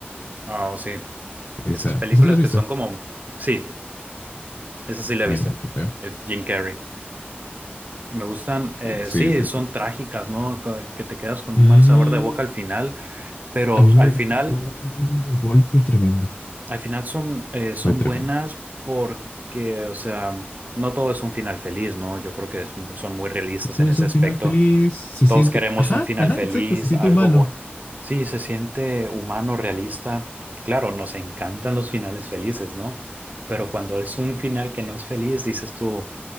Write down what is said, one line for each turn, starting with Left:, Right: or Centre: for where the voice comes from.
Right: oh, sí.
Left: Esa,
Right: Esas películas
Left: esa sí la has visto.
Right: que son como, sí, esa sí la
Left: Ay,
Right: he visto.
Left: no, qué feo.
Right: Eh, Jim Carrey. Me gustan, eh,
Left: Sí,
Right: sí,
Left: sí,
Right: son
Left: sí.
Right: trágicas, ¿no? Que que te quedas con
Left: Mm,
Right: un mal sabor de boca al final, pero
Left: a mí me
Right: al final,
Left: dejó un golpe tremendo.
Right: al final son, eh, son
Left: Fue tremendo.
Right: buenas porque, o sea, no todo es un final feliz, ¿no? Yo creo que es muy- son muy realistas
Left: Todo
Right: en
Left: eso,
Right: ese aspecto.
Left: final feliz, se
Right: Todos
Left: siente,
Right: queremos
Left: ajá,
Right: un final
Left: ajá,
Right: feliz,
Left: exacto, se siente
Right: algo
Left: humano.
Right: bueno. Sí, se siente humano, realista. Claro, nos encantan los finales felices, ¿no? Pero cuando es un final que no es feliz, dices tú,